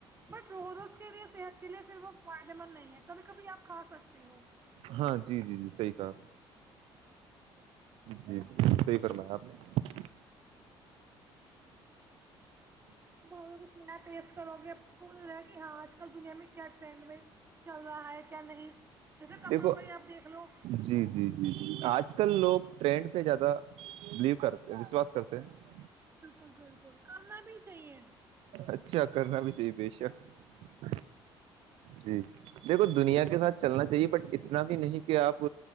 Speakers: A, on the right (about 25°); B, on the right (about 75°).
A: بٹ روز روز کے لیے صحت کے لیے پھر وہ اویلیبل نہیں ہے کبھی کبھی آپ کھا سکتے ہو
B: ہاں جی جی جی صحیح کہ جی بالکل صحیح فرمایا آپ نے
A: جی جی بھی کچ نہیں پ سروگ بول رہا ہے کہ ہاں آج کل دنیا میں کیا ٹرینڈ میں چل رہا ہے کیا نہیں جیسے
B: دیکھو
A: کپڑوں کا ہی آپ دیکھ لو
B: جی جی جی آج آج کل لوگ ٹرینڈ پہ زیادہ بلیو کرتے وشواس کرتے
A: بالکل
B: ہیں
A: بالکل بالکل کرنا بھی چاہیے
B: اچھا کرنا بھی صحیح بے شک جی دیکھو دنیا کے ساتھ چلنا چاہیے بٹ اتنا بھی نہیں کہ آپ